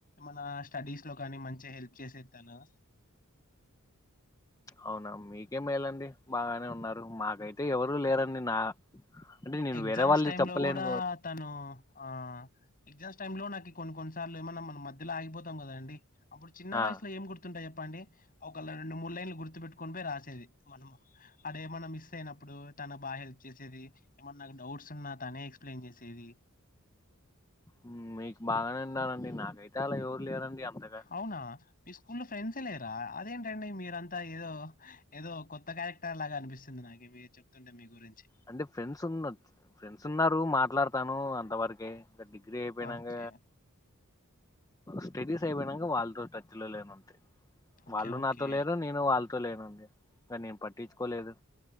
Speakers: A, on the left; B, on the left.
A: మన స్టడీస్ లో కాని మంచిగా హెల్ప్ చేసేది తను
B: అవునా మీకే మేలండి బాగానే ఉన్నారు మాకైతే ఎవరు లేరండి నా అంటే నేను
A: ఎగ్జామ్స్
B: వేరే వాళ్ళది
A: టైమ్
B: చెప్పలేను
A: లో కూడా తను ఆ ఎగ్జామ్స్ టైమ్ లో నాకు కొన్ని కొన్నిసార్లు ఏమన్నా మనం మధ్యలో ఆగిపోతాం కదా అండి అప్పుడు చిన్న
B: ఆ
A: వయసులో ఏం గుర్తుంటాయి చెప్పండి ఒక రెండు మూడు లైన్లు గుర్తు పెట్టుకని పోయి రాసేది మనము అడ ఏమన్నా మిస్ అయినప్పుడు తన బాగా హెల్ప్ చేసేది ఏమన్నా నాకు డౌట్స్ ఉన్నా తనే ఎక్స్ప్లెయిన్ చేసేది
B: ఉం మీకు బాగానే ఉన్నా రండి నాకైతే అలా ఎవరు లేరండి అంతగా
A: అవునా మీ స్కూల్ లో ఫ్రెండ్సే లేరా అదేంటండి మీరంతా ఏదో ఏదో కొత్త క్యారెక్టర్ లాగా అనిపిస్తుంది నాకు మీరు చెప్తుంటే మీ గురించి
B: అంటే ఫ్రెండ్స్ ఉన్న ఫ్రెండ్స్ ఉన్నారు మాట్లాడతాను అంతవరకే ఇంకా డిగ్రీ అయిపోయినాక
A: ఓకే
B: స్టడీస్ అయిపోయినాక వాళ్ళతో లేను అంతే
A: ఓకే
B: వాళ్ళు
A: ఓకే
B: నాతో లేరు నేను వాళ్ళతో లేను అండి ఇంగ నేను పట్టించుకోలేదు